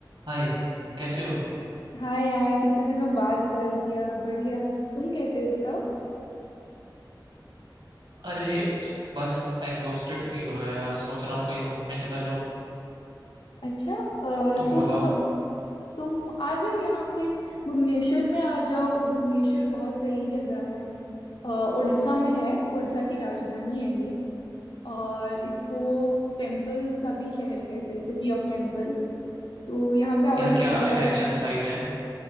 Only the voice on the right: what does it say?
हाय कैसे हो
अरे बस एग्जॉस्टेड फील हो रहा है यार सोच रहा हूँ कहीं घूमने चला जाऊं
तुम
बताओ
क्या क्या
अट्रैक्शन
साइट है